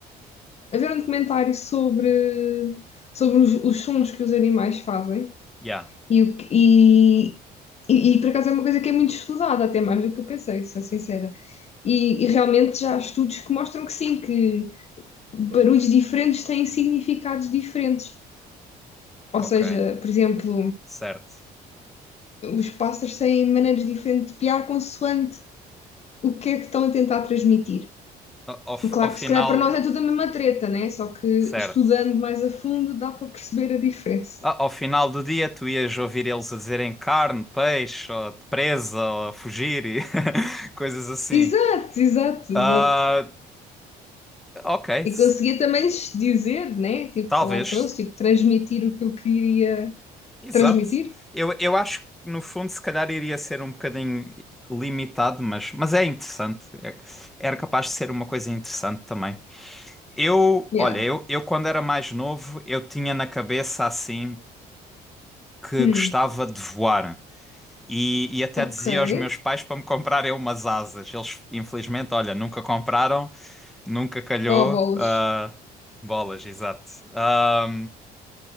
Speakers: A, on the left; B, in the centre.
A: a ver um documentário sobre, sobre os, os sons que os animais fazem
B: Yeah.
A: e, o que- e, e, e, por acaso é uma coisa que é muito estudada, até mais do que eu pensei, sou sincera. E, e realmente já há estudos que mostram que sim, que barulhos diferentes têm significados diferentes. Ou
B: Ok,
A: seja, por exemplo,
B: certo.
A: os pássaros têm maneiras diferentes de piar consoante o que é que estão a tentar transmitir.
B: A- Ao, f-
A: Claro
B: ao final,
A: que se calhar para nós é tudo a mesma treta, né? Só que
B: certo.
A: estudando mais a fundo dá para perceber a diferença.
B: A- Ao final do dia, tu ias ouvir eles a dizerem carne, peixe, ou presa, ou fugir e <laughs> coisas assim.
A: Exato, exato,
B: Ah,
A: exato.
B: ok,
A: E
B: s-
A: conseguia também lhes dizer, né? Tipo,
B: talvez.
A: falar com eles, tipo, transmitir o que eu queria
B: Exato.
A: transmitir.
B: Eu, eu acho que, no fundo, se calhar iria ser um bocadinho limitado, mas, mas é interessante. É- Era capaz de ser uma coisa interessante também. Eu,
A: Yeah.
B: olha, eu, eu quando era mais novo, eu tinha na cabeça assim. que
A: Hum,
B: gostava de voar. E, e até
A: ok.
B: dizia aos meus pais para me comprarem umas asas. Eles, infelizmente, olha, nunca compraram, nunca calhou.
A: Oh, bolas.
B: ah, bolas, exato. Ah,